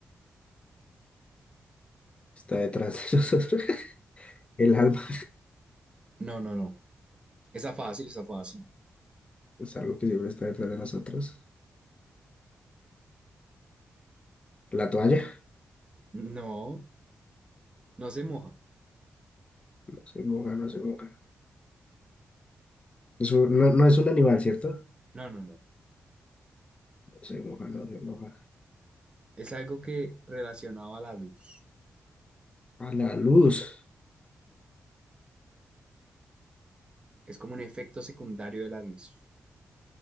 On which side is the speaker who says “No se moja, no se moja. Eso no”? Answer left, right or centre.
Left